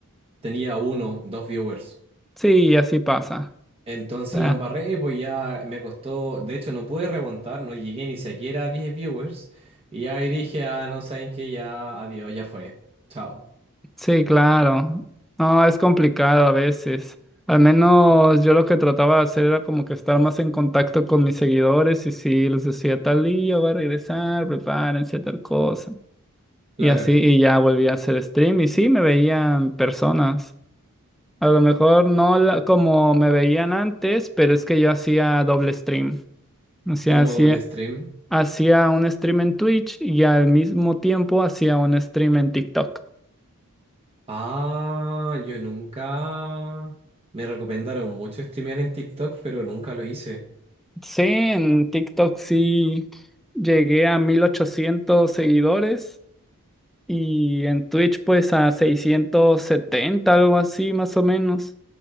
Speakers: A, on the right; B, in the centre.
A: tenía uno, dos viewers.
B: Sí, así pasa.
A: Entonces
B: Ah,
A: la embarré, pues ya me costó, de hecho no pude remontar, no llegué ni siquiera a 10 viewers y ahí dije, ah, no saben que ya, adiós, ya fue, chao.
B: sí, claro. No, es complicado a veces. Al menos yo lo que trataba de hacer era como que estar más en contacto con mis seguidores y si les decía tal día va a regresar, prepárense tal cosa.
A: Claro,
B: Y así, y ya volví a hacer stream y sí, me veían personas. A lo mejor no la- como me veían antes, pero es que yo hacía doble stream. O sea,
A: como
B: hacía,
A: doble stream.
B: hacía un stream en Twitch y al mismo tiempo hacía un stream en TikTok.
A: Ah, yo nunca... Me recomendaron mucho streamear en TikTok, pero nunca lo hice.
B: Sí, en TikTok sí llegué a 1800 seguidores y en Twitch pues a seiscientos setenta algo así más o menos.